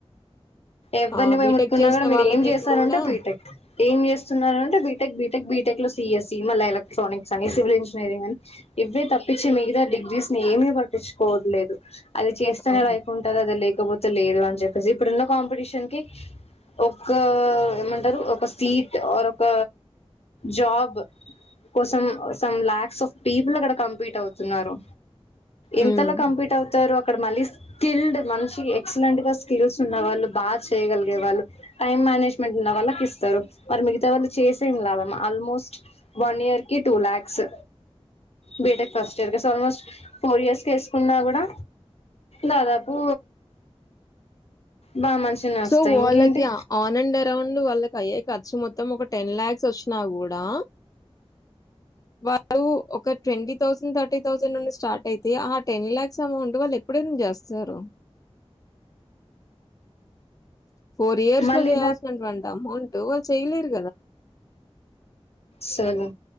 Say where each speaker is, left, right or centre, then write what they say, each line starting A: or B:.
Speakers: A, on the left; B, on the left.
A: ఎవ్వరిని
B: ఆ!
A: పోయ్
B: బీటెక్
A: ముట్కున్నా
B: చేసిన
A: కూడా మీరు
B: వాళ్ళకి
A: ఏం చేస్సానంటే
B: కూడా
A: బీటెక్ ఏం చేస్సున్నారంటే బీటెక్ బీ టెక్ బీటెక్ లో సిఎస్సి మళ్ళా ఎలక్ట్రానిక్స్ అనేసి సివిల్ ఇంజనీరింగ్ అని ఇవే తప్పిచ్చి మిగతా డిగ్రీస్ ఏమీ పట్టించుకోవట్లేదు. అది చేస్తేనే
B: అవును.
A: లైఫ్ ఉంటది అది లే కపోతే లేరు అని చెప్పేసి ఇప్పుడున్న కాంపిటీషన్ కి, ఒక ఏమంటారు ఒక సీట్ ఆర్ ఒక జాబ్ కోసం సమ్ లాక్స్ ఆఫ్ పీపుల్ అక్కడ కంపీట్ అవుతున్నారు. ఇంతలా
B: హ్మ్.
A: కంప్లీట్ అవుతారు. అక్కడ మళ్ళీ స్కిల్డ్ మనిషి ఎక్సలెంట్ గా స్కిల్స్ ఉన్న వాళ్ళు బా చేయగలిగే వాళ్ళు టైమ్ మేనేజ్మెంట్ ఉన్న వాళ్ళకి ఇస్తారు, మరి మిగతా వాళ్ళు చేసేం లాభం ఆల్మోస్ట్, వన్ ఇయర్ కి two lakhs, BTech first year కి సోల్మోస్ ఫోర్ ఇయర్స్ కు ఎసుకున్నా కూడా, దాదాపు బాగా మంచినే వస్తాయి
B: సో వొళ్ళకి
A: ఇంకేంటి
B: ఆన్ అండ్ అరౌండ్ వాళ్ళకి అయ్యే ఖర్చు మొత్తం ఒక టెన్ లాక్స్ ఒచ్ నా గుడా వాళ్ళు ఒక ట్వంటీ థౌసండ్ థర్టీ థౌసండ్ నుండి స్టార్ట్ అయితే ఆ టెన్ లాక్స్ అమౌంట్ వాళ్ళు ఎప్పుడైన జెస్సారు. ఫోర్ ఇయర్స్
A: మళ్ళీ
B: లో చేయాల్సినట్ వంటా అమౌంట్ చేయ్ లేర్
A: సలు